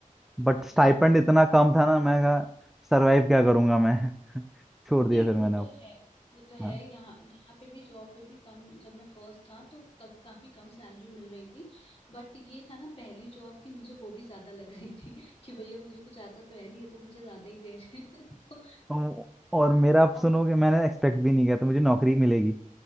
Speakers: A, in the centre; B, on the left.
A: बट
B: अच्छा
A: स्टाइपेंड इतना कम था ना मैं कहा सरवाइव क्या करूंगा मैं <laughs> छोड़ दिया
B: नहीं
A: फिर
B: वो
A: मैंने अब
B: तो है वो तो है
A: हाँ
B: यहाँ यहाँ पे भी जॉब पे भी कम जब मैं फर्स्ट था तो कब काफी कम सैलरी मिल रही थी बट ये था ना पहली जॉब थी मुझे वो भी ज्यादा लग रही थी <laughs> कि भैया मुझे कुछ आता तो है नहीं ये तो मुझे ज्यादा ही दे रहे हैं <laughs> तो
A: तो- और मेरा आप
B: <laughs>
A: सुनोगे
B: और
A: मैंने एक्सपेक्ट भी नहीं किया था मुझे नौकरी मिलेगी